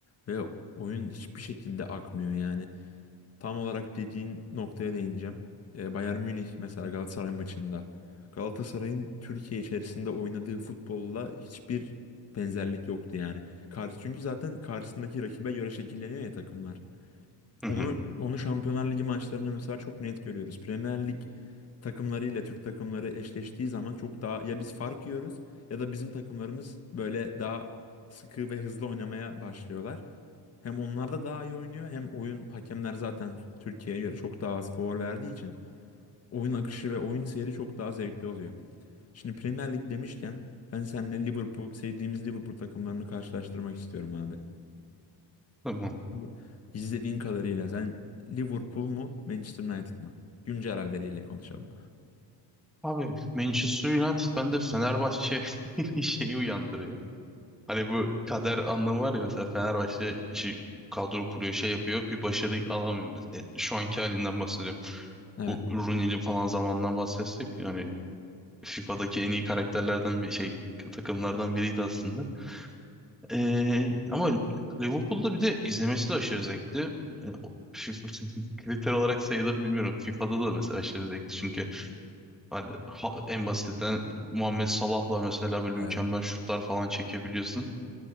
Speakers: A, on the left; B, in the centre.
A: ve oyun hiçbir şekilde akmıyor yani. Tam olarak dediğin noktaya değineceğim. Ee, Bayern Münih mesela Galatasaray maçında Galatasaray'ın Türkiye içerisinde oynadığı futbolla hiçbir benzerlik yoktu yani. Karşı, çünkü zaten karşısındaki rakibe göre şekilleniyor ya takımlar.
B: Hı
A: Onu
B: hı.
A: onu Şampiyonlar Ligi maçlarında mesela çok net görüyoruz. Premier Lig takımlarıyla Türk takımları eşleştiği zaman çok daha ya biz fark yiyoruz ya da bizim takımlarımız böyle daha sıkı ve hızlı oynamaya başlıyorlar. Hem onlar da daha iyi oynuyor hem oyun hakemler zaten Türkiye'ye göre çok daha az faul verdiği için oyun akışı ve oyun seyri çok daha zevkli oluyor. Şimdi Premier Lig demişken ben seninle Liverpool sevdiğimiz Liverpool takımlarını karşılaştırmak istiyorum abi.
B: Tamam.
A: Şimdi İzlediğin kadarıyla sen Liverpool mu Manchester United mı? Güncel halleriyle konuşalım.
B: Abi Manchester United bende Fenerbahçe <laughs> şeyi uyandırıyor. Hani bu kader anlamı var ya mesela Fenerbahçe işi kadro kuruyor şey yapıyor bir başarı alamıyor. Mesela, e, şu anki halinden bahsediyorum.
A: Evet,
B: Bu Rooney'li falan zamandan bahsetsek yani FIFA'daki en iyi karakterlerden bir şey takımlardan biriydi aslında. Ee, ama Liverpool'da bir de izlemesi de aşırı zevkti. Ee, o- <laughs> Kriter olarak sayılır mı bilmiyorum. FIFA'da da mesela aşırı zevkti. Çünkü hani ha- en basitinden Muhammed Salah'la mesela böyle mükemmel
A: evet.
B: şutlar falan çekebiliyorsun.